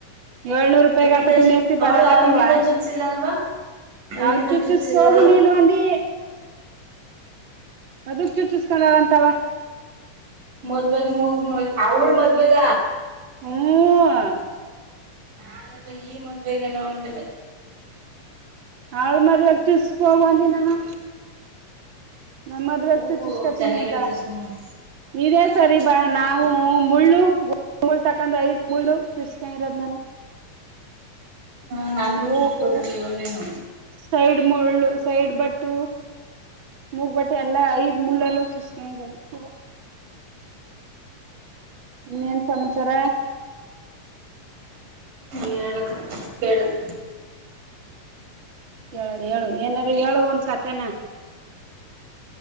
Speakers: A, on the right; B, on the right.
A: ಏಳ್ನೂರು ರೂಪಾಯಿಗ
B: ನಿಕಿತಾ
A: ಅಪಾಟಿ
B: ಚುಚ್
A: ಮೇಯಸಿ
B: ಅವಳು
A: ಬರಲ್ಲಕ್ಕವ
B: ಅಂಕಿತಾ ಚುಚ್ಸಿಲ್ಲ ಅಲ್ವಾ ಅಂಕಿತಾ
A: ಅಲ್ ಚುಚ್ಚಸೋಕ
B: ಚುಚ್ಸಿಲ್ಲ
A: ಹೋಗು
B: ಅಲ್ವಾ
A: ನೀನು ಅಂದಿ ಅದುಷ್ಟಿ ಚುಚ್ಚಸಕೂಂಡಲ್ಲ ಅಂತಲ್ಲ
B: ಮದ್ವೆೇಗ್ ಎಂಗ ಹೋಗುನ ಅವಳ ಮದ್ವೆೇಗ
A: ಹ್ಮ್
B: ನಾನೆಲ್ಲೂ ಈ ಮದ್ವೆೆಗೆ ಎನೋ ಅನ್ಕೊಂಡೆ
A: ಅವಳ ಮದ್ವೆಲ್ಲಿ ಚುಚ್ಚಿಸ್ಕೊ ಹೋಗು ಅಂದೆ ನಾನು ನನ್ ಮದುವೆ
B: ಮೂಗು
A: ಚುಚ್ಚುಸ್ಕೊತಿನಿ
B: ಚೆನ್ನಾಗಿರುತ್ತೆ
A: ಅಂತ
B: ಸುಮ್ಮನೆ
A: ಇದೇ ಸರಿ ಬಾ
B: ಹ್ಮ್
A: ನಾವು ಮುಳ್ಳು ಮೂಳ್ ತಕೊಂಡ್ ಐದ್ ಮೂಳು ಚುಚ್ಚಸೋಕಂದ ಇರೋದ್ ನಾನು
B: ಹ ನನ್ಗೂ
A: ಮೂಗು
B: ಚುಚ್ ಕೊಟ್ಟಿರ್ಲಿಲ್ಲವ ಎನು
A: ಸೈಡ್ ಮುಳ್ಳು ಸೈಡ್ ಬಟ್ಟು ಮೂಗ್ ಬೂಟ್ಟು ಎಲ್ಲಾ ಐದ್ ಮುಳ್ಳಲ್ಲು ಚುಚ್ಚಸ್ಕೊಂದ ಇರದು
B: <unintelligible>
A: ಇನ್ನೇನ್ ಸಮಾಚಾರ
B: ಹೇಳ್ಬೇಕು ಕೇಳದು
A: ಕೇಳದು ಹೇಳು ಏನಾರು ಹೇಳು ಒಂದ ಕಥೆನ